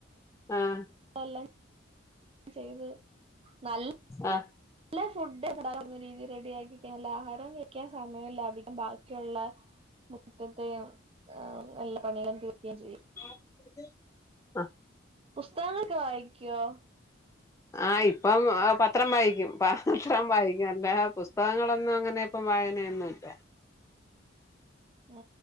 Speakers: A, on the left; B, on the right.
A: ആഹ്
B: <unintelligible> ചെയ്ത് നല്ല
A: ആഹ്
B: നല്ല ഫുഡ് <inaudible> രീതിൽ റെഡി ആക്കി നല്ല ആഹാരം കഴിക്കാൻ സമയമല്ല അടിക്കും ബാക്കിയുള്ള മുറ്റത്തെ നല്ല പണി തീർക്കുകയും ചെയ്യും
A: <unintelligible> ആഹ്
B: പുസ്തകങ്ങളൊക്കെ വായികോ
A: അഹ് ഇപ്പം പത്രം വായിക്കും പ പത്രം വായിക്കും അല്ല പുസ്തകങ്ങളൊന്നും അങ്ങനെ ഇപ്പം വായനൊന്നുംല്ല
B: ഉം